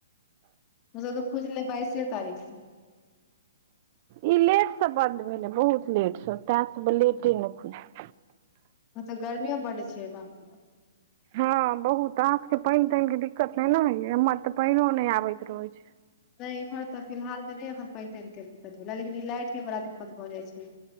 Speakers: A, on the left; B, on the right.
A: ओत तऽ खुजलै बइसे तारीख से।
B: ई लेट सँ बंन्द भेलै बहुत लेट से तेय सब लेटे में खुजल
A: हाँ तऽ गर्मीओ बड छै बाप रे बाट।
B: हँ बहुत अहाँ सभके पइन तइन के दिक्कत नहि ने होइया एम्हर तऽ पइनो नहि आबैत रहै छै।
A: नहि एम्हर तऽ फिलहाल मे नहि एखन पइन तइन के दिक्कत भेला लेकिन ई लाइट के बड़ा दिक्कत भऽ जाइ छै।